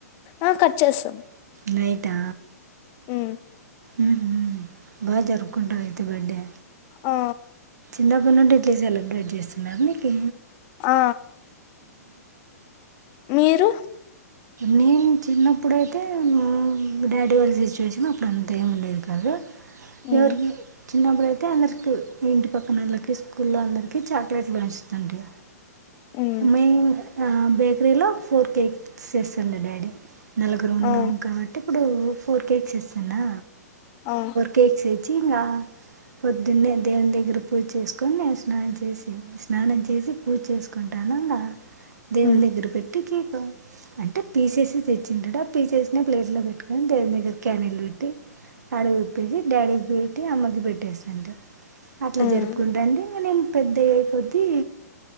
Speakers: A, on the left; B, on the right.
A: ఆ కట్ చేశాం
B: నైటా
A: మ్మ్
B: మ్మ్ హు బా జరుపుకుంటావైతే బడ్డే
A: ఆ
B: చిన్నప్పుడ్ నుండి ఇట్లే సెలబ్రేట్ చేస్తున్నా మీకి
A: ఆ మీరు
B: నేను చిన్నప్పుడైతే మా డాడీ వాళ్ళ సిచ్యువేషన్ అప్పుడు అంతా ఏమి ఉండేది కాదు <inaudible> జరిగి
A: ఉమ్,
B: చిన్నప్పుడుతే అందరికి ఇంటి పక్కన వాళ్ళకి స్కూల్లో అందరికీ చాక్లెట్లు పెడుంచతుండడి.
A: ఉమ్,
B: మ <inaudible> బేకరీలో ఫోర్ కేక్ సస్ల్ల డాడీ నలుగురు ఉన్నాం
A: ఆ
B: కాబట్టి <inaudible> ఇప్పుడు ఫోర్ కేక్స్ చేస్తానా
A: ఆ
B: కేక్ స ముంచియంగా పొద్దున్నే దేవుని దగ్గర పూజ చేసుకొని. స్నానం చేసి స్నానం చేసి పూజ చేసుకుంటా. ఇంగ దేవున్
A: ఉమ్
B: దగ్గర పెట్టి <inaudible> అంటే పీసేసి తెచ్చింటాడు. ఆ పీసేసిన ప్లేట్లో పెట్టుకొని దేని దగ్గర క్యానీలు పెట్టి ఆడవి విప్పేసి డాడీకి పెట్టి అమ్మకి పెట్టేస్తాంటి. అట్లా
A: ఉమ్
B: జరుపుకుంటా అండి ఇ నేను పెద్ద అయిపోది.